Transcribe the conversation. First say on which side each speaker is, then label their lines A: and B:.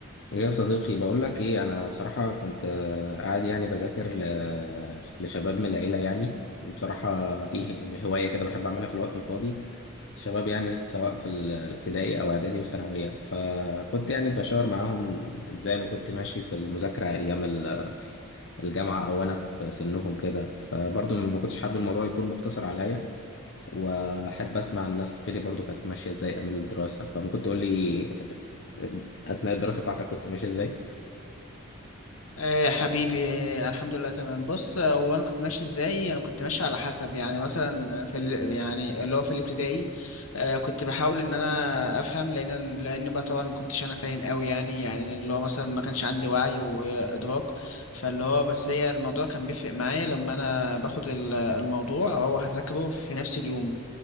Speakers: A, on the left; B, on the left.
A: ايه يا صديقي بقول لك ايه انا بصراحة كنت آه، قاعد يعني بذاكر ل- لشباب من العيلة يعني بصراحة دي هواية كده بحب اعملها في الوقت الفاضي شباب يعني سواء في ال- الابتدائي او اعدادي وثانوية فكنت يعني بشاور معاهم ازاي انا كنت ماشي في المذاكرة ايام ال- الجامعة او انا في سنهم كده فبرضه ما كنتش حابب الموضوع يكون مقتصر عليا واحب اسمع الناس غيري برضه كانت ماشية ازاي ايام الدراسة فممكن تقول لي آه، اثناء الدراسة بتاعتك كنت ماشي ازاي
B: ايه يا حبيبي إيه الحمد لله تمام بص آه، هو انا كنت ماشي ازاي انا كنت ماشي على حسب يعني مثلا في ال... يعني اللي هو في الابتدائي آه كنت بحاول ان انا افهم لان لان بقى طبعا ما كنتش انا فاهم قوي يعني يعني اللي هو مثلا ما كانش عندي وعي وادراك فاللي هو بس هي الموضوع كان بيفرق معايا لما انا باخد ال- الموضوع او اذاكره في نفس اليوم